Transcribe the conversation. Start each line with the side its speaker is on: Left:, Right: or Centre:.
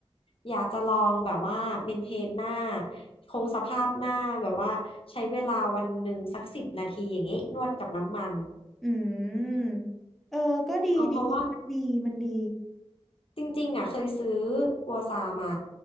Left: อยากจะลองแบบว่าเมนเทนหน้าคงสภาพหน้าแบบว่าใช้เวลาวันหนึ่งสักสิบนาทีอย่างนี้นวดกับน้ำมัน
Centre: อืมเออก็ดีดีมันดีมันดี
Left: เอาเพราะว่า จริงๆอ่ะเคยซื้อกัวซามา